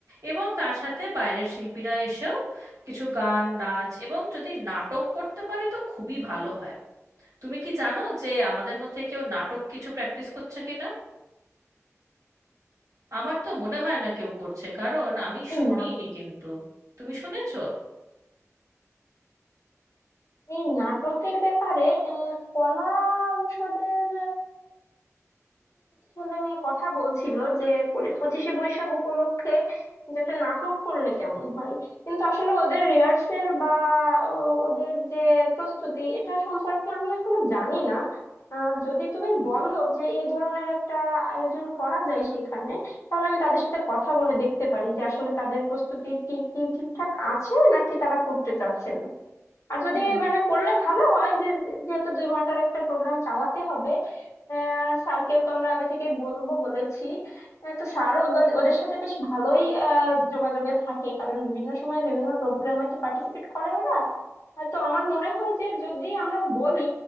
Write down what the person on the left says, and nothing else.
এই
না
এই নাটকের ব্যাপারে আহ, কলা অনুষদের ছেলে মেয়ে কথা বলছিল যে পরি- পঁচিশে বৈশাখ উপলক্ষে যে একটা নাটক করলে কেমন হয় কিন্তু আসলে ওদের রিহার্সেল বা ও, ওদের যে প্রস্তুতি এটা সম্পর্কে আমি এখনো জানি না আহ, যদি তুমি বলো যে এই ধরনের একটা আয়োজন করা যায় সেইখানে তাহলে আমি তাদের সাথে কথা বলে দেখতে পারি যে আসলে তাদের প্রস্তুতি কি কি ঠিকঠাক আছে নাকি তারা করতে চাচ্ছে না আর যদি
মানে করলে ভালো হয় যে যেহেতু দুই ঘন্টার একটা প্রোগ্রাম চালাতে হবে আহ, আর স্যারকেও তো আমরা আগে থেকেই বলবো বলেছি আহ, তো স্যারও ওদের ওদের সাথে বেশ ভালোই আহ, যোগাযোগে থাকে কারণ বিভিন্ন সময় বিভিন্ন প্রোগ্রামে তো পার্টিসিপেট করে ওরা আহ, তো আমার মনে হয় যে যদি আমরা বলি